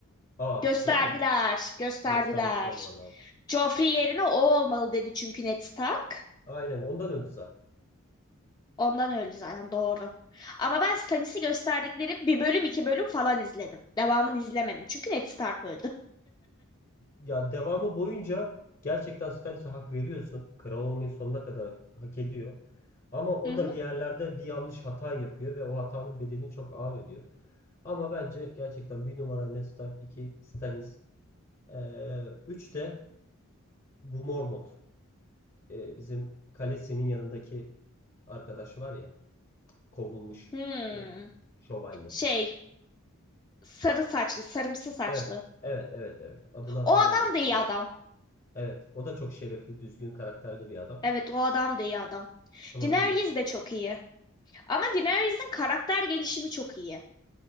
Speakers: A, on the left; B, on the left.
A: Aa
B: Gösterdiler,
A: görmedin. mi?
B: gösterdiler.
A: Göstermiş olmaları lazım.
B: Joffrey yerine o olmalı dedi çünkü Ned Stark.
A: Aynen ondan öldü zaten.
B: Ondan öldü zaten doğru. Ama ben Stannis'i gösterdikleri bir bölüm iki bölüm falan izledim. Devamını izlemedim çünkü Ned Stark öldü.
A: Ya devamı boyunca gerçekten Stannis'e hak veriyorsun. Kral olmayı sonuna kadar hak ediyor. Ama o
B: Hı hı.
A: da bir yerlerde bir yanlış hata yapıyor ve o hatanın bedelini çok ağır ödüyor. Ama bence gerçekten bir numara Ned Stark, iki Stannis, ee, üç de Bu Mormont e, bizim kalesinin yanındaki arkadaşı var ya kovulmuş
B: Hmm.
A: e, şövalye.
B: Şey sarı saçlı sarımsı saçlı.
A: Evet, evet, evet, evet. Adını hatırlayamadım
B: O adam da
A: şimdi.
B: iyi adam.
A: Evet, o da çok şerefli, düzgün, karakterli bir adam.
B: Evet o adam da iyi adam.
A: Ama
B: Daenerys
A: biliyorsun.
B: de çok iyi. Ama Daenerys'in karakter gelişimi çok iyi.